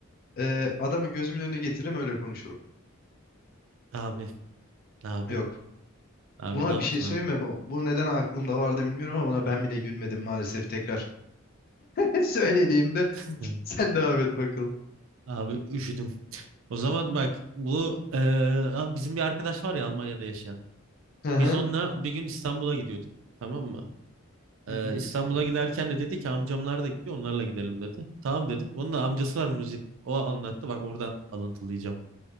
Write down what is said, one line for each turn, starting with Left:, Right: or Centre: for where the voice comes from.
Left: Ee, adamı gözümün önüne getiririm öyle konuşurum.
Right: Abi. Abi.
Left: Yok.
Right: Abi
Left: Buna
Right: ne yaptın
Left: bir şey söyleme.
Right: abi?
Left: Bu, bu neden aklımda vardı bilmiyorum ama buna ben bile gülmedim maalesef tekrar. <laughs> Söylediğimde
Right: <laughs> Hı.
Left: sen devam et bakalım.
Right: Abi üşüdüm. O zaman bak bu e, bizim bir arkadaş var ya Almanya'da yaşayan.
Left: <laughs>
Right: Biz onunla bir gün İstanbul'a gidiyorduk. Tamam mı?
Left: Hı
Right: Ee,
Left: hı.
Right: İstanbul'a giderken de dedi ki amcamlar da gidiyor onlarla gidelim dedi. Tamam dedim. Onun da amcası var müzik. O anlattı bak oradan alıntılayacağım.